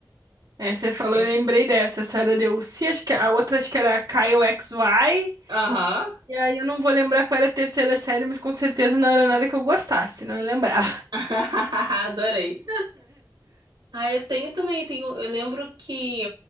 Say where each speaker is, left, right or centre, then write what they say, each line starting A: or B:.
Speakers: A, on the right; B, on the right.
A: É, você falou,
B: É.
A: eu lembrei dessa. Essa era a DLC, acho que a outra acho que era a Kyle X XY.
B: Aham.
A: E aí eu não vou lembrar qual era a terceira série, mas com certeza não era nada que eu gostasse, não eu lembrava.
B: <laughs> Adorei. Ah, eu tenho também, tenho, eu lembro que